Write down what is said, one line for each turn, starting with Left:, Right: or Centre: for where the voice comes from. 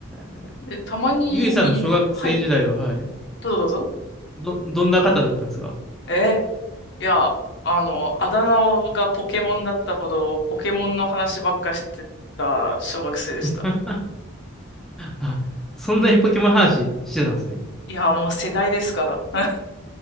Centre: へえ
Left: で、たまに、
Centre: ゆえさんの小学生時代は、
Left: に、はい、
Centre: はい。
Left: どうぞどうぞ。
Centre: ど、どんな方だったんですか
Left: えーいや、あの、あだ名がポケモンだったほど、ポケモンの話ばっかしてた小学生でした。
Centre: <laughs> あそんなにポケモン話してたんですね。
Left: いや、もう世代ですから。